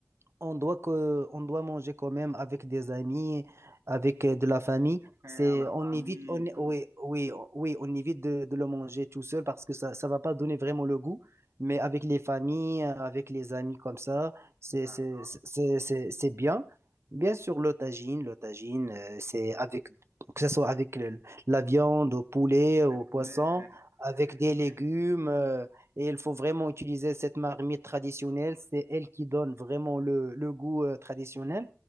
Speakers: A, on the right; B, on the right.
A: on doit que, on doit manger quand même avec des amis, avec euh, de la famille.
B: Les frères,
A: C'est,
B: la
A: on
B: famille,
A: évite, on,
B: tout.
A: oui, oui, oui, on évite de, de le manger tout seul parce que ça, ça va pas donner vraiment le goût. Mais avec les familles, euh, avec les amis comme ça, c'est,
B: D'accord?
A: c'est, c'est, c'est, c'est bien. Bien sûr, le tagine, le tagine, euh, c'est avec, que ce soit avec le- la viande, au poulet,
B: Le
A: au poisson,
B: poulet.
A: avec
B: <laughs>
A: des légumes. euh, et il faut vraiment utiliser cette marmite traditionnelle. C'est elle qui donne vraiment le, le goût euh, traditionnel.